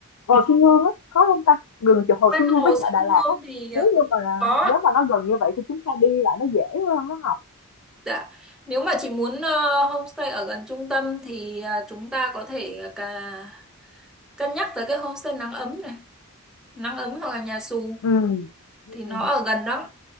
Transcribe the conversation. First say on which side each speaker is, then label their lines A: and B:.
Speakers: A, on the left; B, in the centre.
A: Hồ Xuân Hương á, khó hông ta? Gần chỗ Hồ
B: quanh
A: Xuân Hương
B: Hồ
A: với chợ
B: Xuân
A: Đà Lạt
B: Hương
A: á,
B: thì
A: nếu
B: ờ, cũng
A: như mà
B: có
A: nếu mà nó gần như vậy thì chúng ta đi lại nó dễ hơn á Học.
B: Dạ. Nếu mà chị muốn ờ, homestay ở gần trung tâm thì ờ, chúng ta có thể cả cân nhắc tới cái homestay nắng ấm này, nắng ấm hoặc là nhà xù
A: Ừm,
B: thì nó
A: ừm,
B: ở gần lắm